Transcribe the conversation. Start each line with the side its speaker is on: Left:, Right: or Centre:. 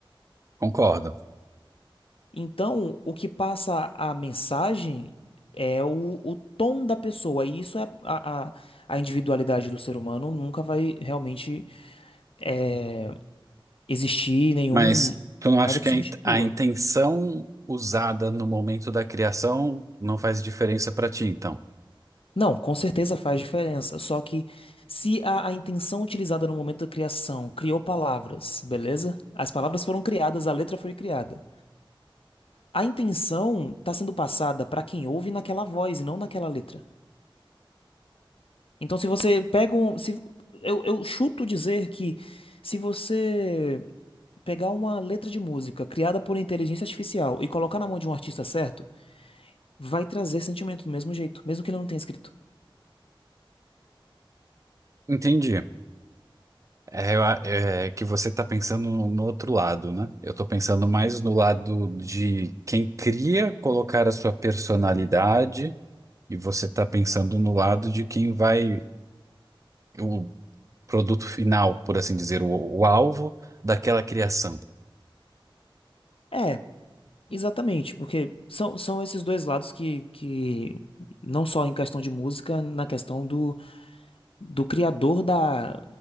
Right: Concordo.
Left: Então, o que passa a mensagem é o, o tom da pessoa, e isso é a, a, a individualidade do ser humano nunca vai realmente eh, existir nenhum,
Right: Mas tu não acha
Left: nada
Right: que
Left: que substitua.
Right: a in- a intenção usada no momento da criação não faz diferença pra ti, então?
Left: Não, com certeza faz diferença. Só que se a, a intenção utilizada no momento da criação criou palavras, beleza? As palavras foram criadas, a letra foi criada. A intenção está sendo passada para quem ouve naquela voz e não naquela letra. Então, se você pega um. Se, eu, eu chuto dizer que se você pegar uma letra de música criada por inteligência artificial e colocar na mão de um artista certo, vai trazer sentimento do mesmo jeito, mesmo que ele não tenha escrito.
Right: Entendi. É, eu a- é que você tá pensando no no outro lado, né? Eu tô pensando mais no lado de quem cria colocar a sua personalidade e você tá pensando no lado de quem vai, o produto final, por assim dizer, o, o alvo daquela criação.
Left: É, exatamente, porque são, são esses dois lados que, que não só em questão de música, na questão do, do criador da,